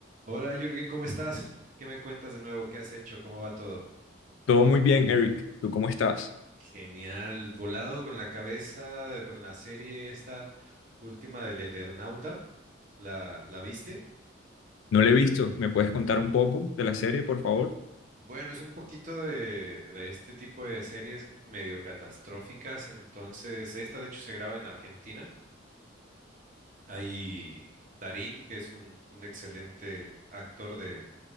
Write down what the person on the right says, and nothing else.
Hola Jürgen, ¿cómo estás? ¿Qué me cuentas de nuevo? ¿Qué has hecho? ¿Cómo va todo?
Genial, volado con la cabeza, con la serie esta última del Eternauta, ¿la, la viste?
Bueno, es un poquito de, de este tipo de series medio catastróficas, entonces esta de hecho se graba en Argentina. Hay Tarín, que es un, un excelente actor de,